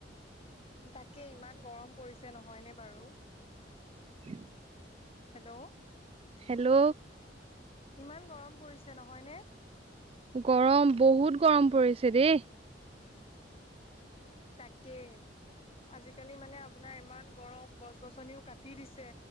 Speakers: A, on the left (about 35°); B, on the right (about 35°).
A: তাকে ইমান গৰম পৰিছে নহয়নে বাৰু?
B: উম <inaudible>
A: হেল্ল'!
B: হেল্ল'!
A: ইমান গৰম পৰিছে নহয়নে?
B: গৰম বহুত গৰম পৰিছে দেই।
A: তাকে। আজিকালি মানে আপোনাৰ ইমান গৰম গছ- গছনিও কাটি দিছে।